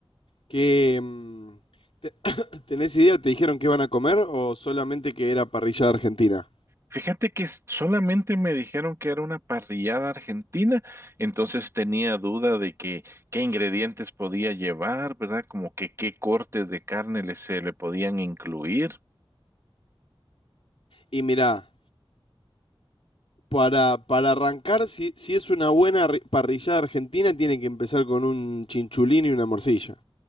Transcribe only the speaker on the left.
¿Qué, mm, te- <clears throat> ¿Tenés idea? ¿Te dijeron que van a comer o solamente que era parrillada argentina?
Y mirá, para, para arrancar, si, si es una buena ri- parrillada argentina, tiene que empezar con un chinchulín y una morcilla.